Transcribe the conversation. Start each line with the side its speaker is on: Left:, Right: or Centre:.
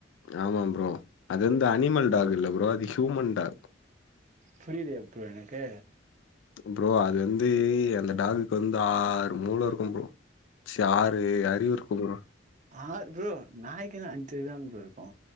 Left: ஆமா ப்ரோ அது வந்து அனிமல் டாக் இல்ல ப்ரோ அது ஹியூமன் டாக்
Right: புரியிலயே ப்ரோ எனக்கு
Left: ப்ரோ அது வந்து அந்த டாக்குக்கு வந்து ஆ ஆ ஆறு மூல இருக்கு ப்ரோ ச்செ ஆறு அறிவு இருக்கு ப்ரோ
Right: ஆர் ப்ரோ நாயிக்குனா அஞ்சு அறிவு தா ப்ரோ இருக்கு